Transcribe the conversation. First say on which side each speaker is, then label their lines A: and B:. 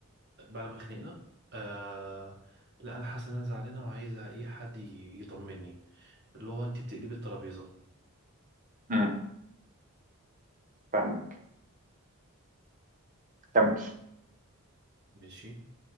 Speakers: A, on the right; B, on the right.
A: بعد ما اتخانقنا آه لا انا حاسه ان انا زعلانه وعايزه ايه حد ي- يطمني اللي هو انت بتقلبي الترابيزه
B: مم. فاهمك كمل
A: ماشي